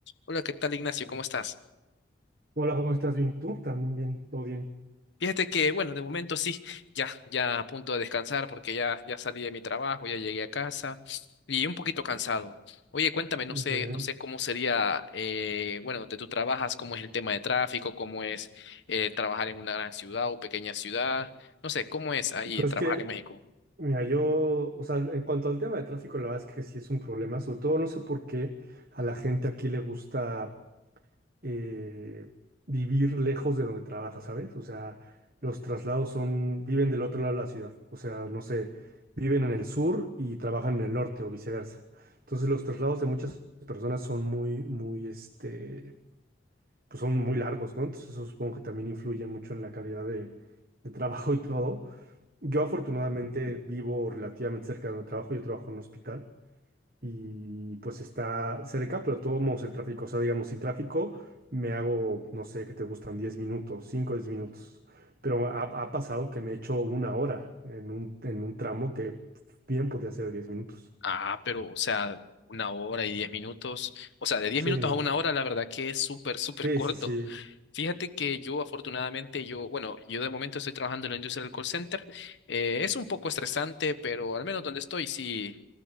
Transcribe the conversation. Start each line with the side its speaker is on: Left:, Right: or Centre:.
Left: Hola, ¿qué tal, Ignacio? ¿Cómo estás?
Right: Hola, ¿cómo estás? Bien, tú también, bien, todo bien.
Left: Fíjate que, bueno, de momento sí, ya, ya a punto de descansar porque ya, ya salí de mi trabajo, ya llegué a casa y un poquito cansado. Oye, cuéntame, no sé,
Right: Qué bien.
Left: no sé cómo sería, eh, bueno, donde tú trabajas, cómo es el tema de tráfico, cómo es eh, trabajar en una gran ciudad o pequeña ciudad, no sé, cómo es ahí
Right: Pues
Left: trabajar
Right: es que,
Left: en México.
Right: mira, yo, o sea, en cuanto al tema de tráfico, la verdad es que sí es un problema, sobre todo no sé por qué a la gente aquí le gusta eh, vivir lejos de donde trabaja, ¿sabes? O sea, los traslados son, viven del otro lado de la ciudad, o sea, no sé, viven en el sur y trabajan en el norte o viceversa. Entonces, los traslados de muchas personas son muy, muy, este... pues son muy largos, ¿no? Entonces eso supongo que también influye mucho en la calidad de, de trabajo y todo. Yo afortunadamente vivo relativamente cerca de donde trabajo, yo trabajo en un hospital y pues está cerca, pero tomamos el tráfico, o sea, digamos, sin tráfico me hago, no sé, ¿qué te gustan? diez minutos, 5 10 minutos. Pero ha, ha pasado que me he hecho una hora en un, en un tramo que bien podía ser 10 minutos.
Left: Ah, pero, o sea, una hora y diez minutos, o sea, de diez
Right: Sí,
Left: minutos
Right: no.
Left: a una hora, la verdad que es súper, súper
Right: Sí,
Left: <laughs> corto.
Right: sí, sí.
Left: Fíjate que yo afortunadamente, yo, bueno, yo de momento estoy trabajando en la industria del call center. Eh, es un poco estresante, pero al menos donde estoy sí,